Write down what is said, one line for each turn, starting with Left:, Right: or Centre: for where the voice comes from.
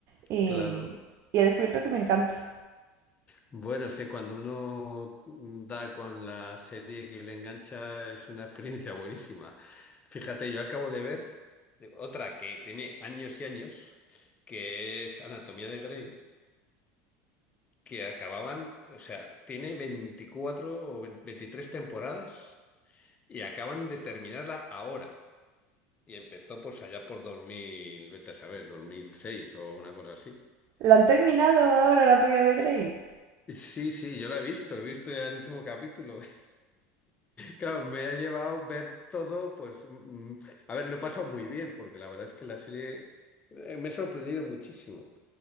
Right: Y,
Left: claro.
Right: y he descubierto que me encanta.
Left: Bueno, es que cuando uno da con la serie que le engancha es una experiencia buenísima. Fíjate, yo acabo de ver otra que tiene años y años, que es Anatomía de Grey, que acababan, o sea, tiene 24 o 23 temporadas y acaban de terminarla ahora. Y empezó pues allá por 2000 vete a saber, 2006 o una cosa así.
Right: ¿La han terminado ahora, Anatomía de Grey?
Left: Sí, sí, yo la he visto, he visto ya el último capítulo. <laughs> Claro, me ha llevado ver todo, pues, mm, mm, a ver, lo he pasado muy bien, porque la verdad es que la serie eh, me ha sorprendido muchísimo.